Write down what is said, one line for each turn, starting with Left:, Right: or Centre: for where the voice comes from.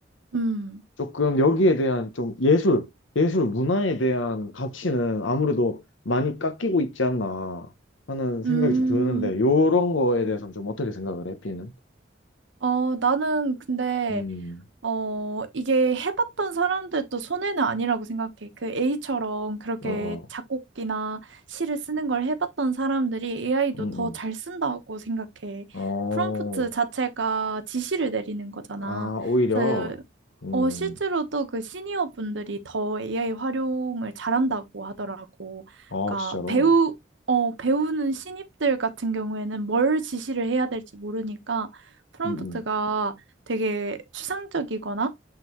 Right: 음,
Left: 조금 여기에 대한 좀 예술, 예술 문화에 대한 가치는 아무래도 많이 깎이고 있지 않나 하는 생각이
Right: 음.
Left: 좀 드는데, 요런 거에 대해서는 좀 어떻게 생각을 해, B는?
Right: 어, 나는 근데
Left: 음,
Right: 어, 이게 해봤던 사람들도 손해는 아니라고 생각해. 그 A처럼 그렇게
Left: 어, 어,
Right: 작곡이나 시를 쓰는 걸 해봤던 사람들이 AI도
Left: 음,
Right: 더 잘
Left: 음.
Right: 쓴다고 생각해.
Left: 어,
Right: 프롬프트 자체가 지시를 내리는 거잖아.
Left: 아, 오히려,
Right: 그래서
Left: 음,
Right: 어, 실제로 또 그 시니어 분들이 더 AI 활용을 잘한다고 하더라고.
Left: 어,
Right: 그러니까
Left: 진짜로,
Right: 배우, 어, 배우는 신입들 같은 경우에는 뭘 지시를 해야 될지 모르니까 프롬프트가
Left: 음,
Right: 되게 추상적이거나